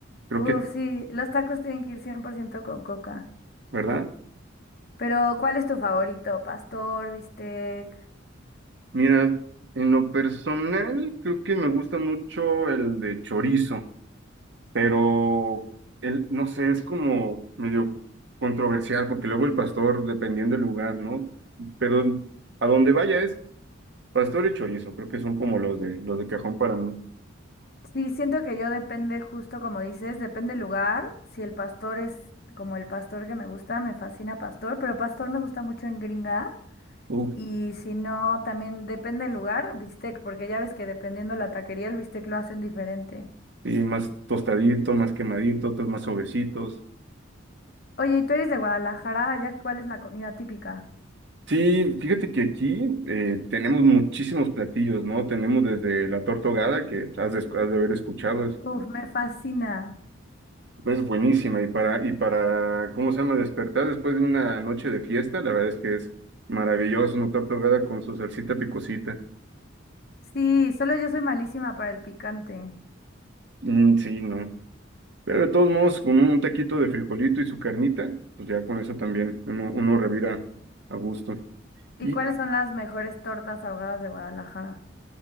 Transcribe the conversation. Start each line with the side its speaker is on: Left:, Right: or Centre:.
Right: Creo
Left: Uf,
Right: que,
Left: sí, los tacos tienen que ir 100% con coca.
Right: ¿verdad?
Left: Pero, ¿cuál es tu favorito? ¿Pastor, bistec?
Right: Mira, en lo personal, creo que me gusta mucho el de chorizo, pero el, no sé, es como medio controversial, porque luego el pastor, dependiendo del lugar, ¿no? Pero a donde vaya es pastor y chorizo, creo que son como los de, los de cajón para mí.
Left: Sí, siento que yo depende, justo como dices, depende el lugar. Si el pastor es como el pastor que me gusta, me fascina pastor, pero pastor me gusta mucho en gringa.
Right: Uf,
Left: Y si no, también depende del lugar, bistec, porque ya ves que dependiendo la taquería, el bistec lo hacen diferente.
Right: y más tostadito, más quemadito, otros más suavecitos.
Left: Oye, ¿y tú eres de Guadalajara? ¿Allá cuál es la comida típica?
Right: Sí, fíjate que aquí eh, tenemos muchísimos platillos, ¿no? Tenemos desde la torta ahogada, que has de, has de haber escuchado, es,
Left: Uf, me fascina.
Right: es buenísima. Y para, y para, ¿cómo se llama? Despertar después de una noche de fiesta, la verdad es que es maravilloso una torta ahogada con su salsita picosita.
Left: Sí, solo yo soy malísima para el picante.
Right: Mm, sí, no. Pero de todos modos, con un taquito de frijolito y su carnita, pues ya con eso también uno, uno revira a gusto.
Left: ¿Y
Right: Y
Left: cuáles son las mejores tortas ahogadas de Guadalajara?